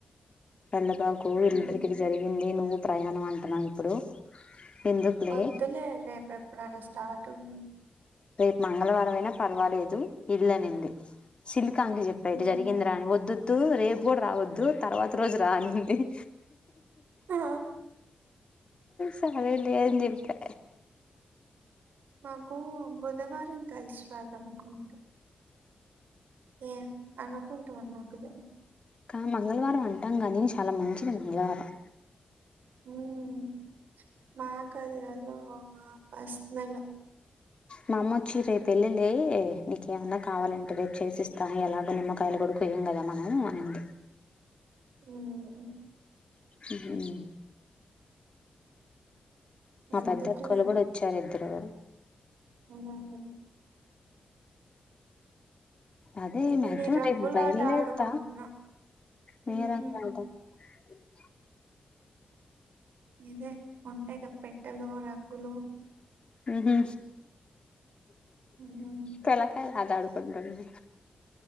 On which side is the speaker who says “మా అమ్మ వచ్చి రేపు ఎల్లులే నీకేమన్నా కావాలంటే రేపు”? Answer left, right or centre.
Left